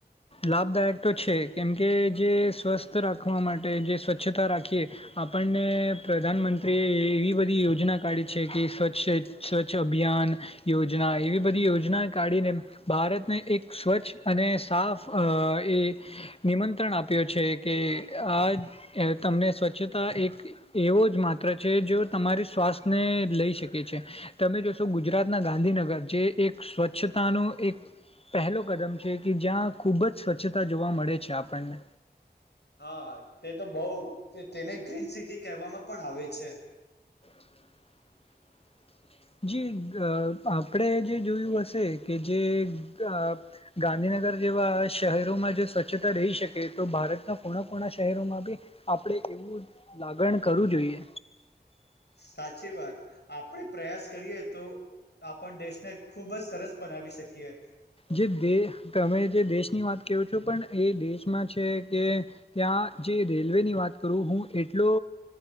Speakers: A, on the left; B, on the left.
A: લાભદાયક તો છે કેમકે જે સ્વસ્થ રાખવા માટે જે સ્વચ્છતા રાખીએ આપણને પ્રધાનમંત્રીએ એવી બધી યોજના કાઢી છે કે સ્વચ્છ સ્વચ્છ અભિયાન યોજના એવી બધી યોજના કાઢીને ભારતને એક સ્વચ્છ અને સાફ અ એ નિમંત્રણ આપ્યો છે કે આ તમને સ્વચ્છતા એક એવો જ માત્ર છે જો તમારી શવાસ્થ્યને લઈ શકે છે તમે જોશો ગુ ગુજરાતના ગાંધીનગર જે એક સ્વચ્છતાનો એક પહેલો કદમ છે કે જ્યાં ખૂબ જ સ્વચ્છતા જોવા મળે છે આપણને
B: હા તે તો બહ તેને ગ્રીન સિટી કહેવામાં પણ આવે છે
A: <inaudible> જી આપણે જે જોયું હશે કે જે ગને ગંધનગર જેવા શહેરોમાં જો સ્વચ્છતા રહી શકે તો ભારતના કોણા કોણા શહેરોમાં બી આપણે એવું લાગણ કરવું જોઈએ
B: સાચી વાત આપડણે પ્રયાસ કરીએ તો આપણ દેશને ખુબ જ સરસ બનાવી શકીએ
A: જે દ તમે જે દેશની વાત કરો છો પણ એ દેશમાં છે કે ત્યાં જે રેલવેની વાત કરું હું એટલો